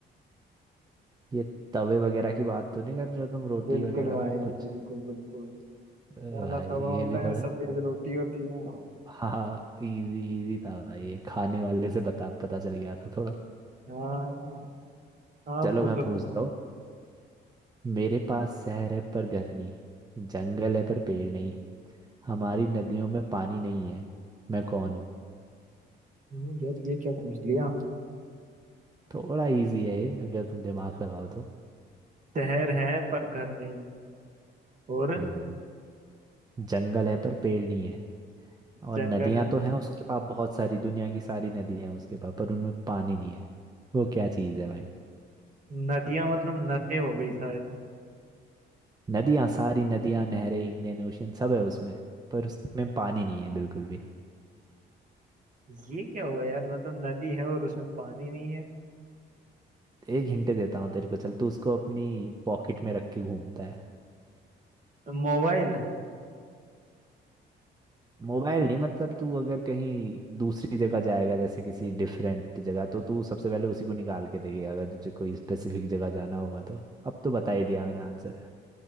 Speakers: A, on the right (about 20°); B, on the right (about 40°).
A: ये तवे वगैरह की बात तो नहीं कर रहे हो तुम रोटी
B: बिल्कुल
A: वगैरह
B: भाई
A: कुछ
B: बिल्कुल बिल्कुल
A: भाई
B: काला तवा होता
A: ये भी थोड़ा
B: है सफेद रोटी होती है
A: हाँ इजी इजी था भाई ये खाने वाले से बता पता चल गया था थोड़ा
B: हाँ आप
A: चलो
B: पूछो
A: मैं पूछता
B: करो
A: हूँ मेरे पास शहर है पर घर नहीं जंगल है पर पेड़ नहीं हमारी नदियों में पानी नहीं है मैं कौन हूँ
B: हम्म, यार ये क्या पूछ लिया
A: थोड़ा इजी है ये अगर तुम दिमाग लगाओ तो
B: शहर है पर घर नहीं और
A: हम्म जंगल है पर पेड़ नहीं है और
B: जंगल
A: नदियां
B: है
A: तो हैं उसके पास बहुत सारी दुनिया की सारी नदियां हैं उसके पास पर उनमें पानी नहीं है वो क्या चीज़ है भाई
B: नदियां मतलब नदी हो गई शायद
A: नदियां सारी नदियां नहरें इंडियन ओशियन सब है उसमें पर उसमें पानी नहीं है बिल्कुल भी
B: ये क्या हुआ यार मतलब नदी है और उसमें पानी नहीं है
A: एक हिंट देता हूँ तेरे को चल तू उसको अपनी पॉकेट में रख के घूमता है
B: मोबाइल
A: मोबाइल नहीं मतलब तू अगर कहीं दूसरी जगह जाएगा जैसे किसी डिफरेंट जगह तो तू सबसे पहले उसी को निकाल के देगी अगर तुझे कोई स्पेसिफिक जगह जाना होगा तो अब तो बता ही दिया मैंने आंसर